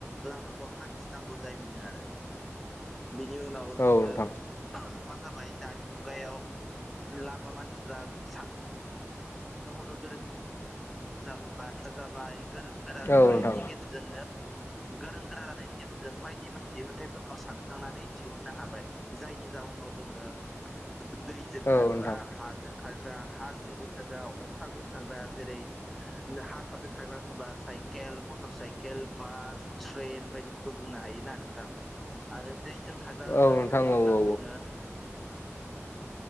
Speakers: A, in the centre; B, on the left.
A: लामाखौ हा थिनांगौ जाय मोनो आरो बिनि उनाव जोङो
B: औ नोंथां
A: <unintelligible> मा जाबाय दानि मुगायाव लामा मानसिफ्रा सान नो हनो गोरों जाबोबाय <unintelligible> गोरों गोरा जाबाय
B: औ नोंथां
A: बिनि गेजेरजोंनो गोरों गोरा जानायनि गेजेरजों बायदि बायदि दिहुनथाइफोरखौ सानखांनानै दिहुुननो हाबाय जायनि जाहनाव जोङो दै
B: औ
A: जों खारग्रा
B: नोंथां
A: हाजों खारग्रा हा सिंजों खारग्रा अख्रांजों खारग्रा जेरै हा साजों थाग्रा होनबा cycle motor cycle bus train बायदिफोरखौ बुंनो हायो ना नोंथां आरो दैजों थाग्रा
B: औ
A: होननानै
B: नोंथां
A: बुङोब्ला
B: औ औ
A: जोङो